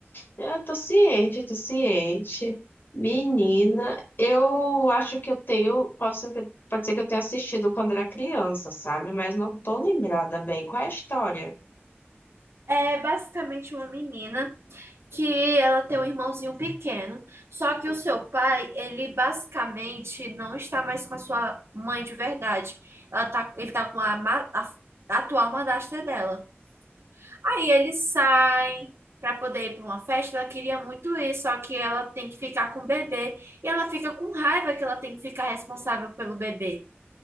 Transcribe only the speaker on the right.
É basicamente uma menina que ela tem um irmãozinho pequeno, só que o seu pai, ele basicamente não está mais com a sua mãe de verdade. Ela tá, ele tá com a, ma- a atual madrasta dela. Aí eles saem para poder ir para uma festa, ela queria muito ir, só que ela tem que ficar com o bebê e ela fica com raiva que ela tem que ficar responsável pelo bebê.